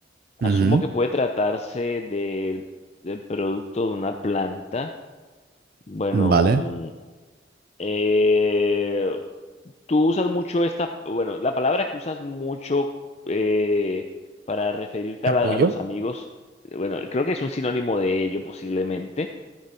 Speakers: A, on the left; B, on the right.
A: asumo
B: Ujú,
A: que puede tratarse del del producto de una planta. Bueno.
B: Vale.
A: mm, Eh, tú usas mucho esta, bueno, la palabra que usas mucho eh, para referirte
B: ¿Capullo?
A: a, la- a los amigos, bueno, creo que es un sinónimo de ello posiblemente.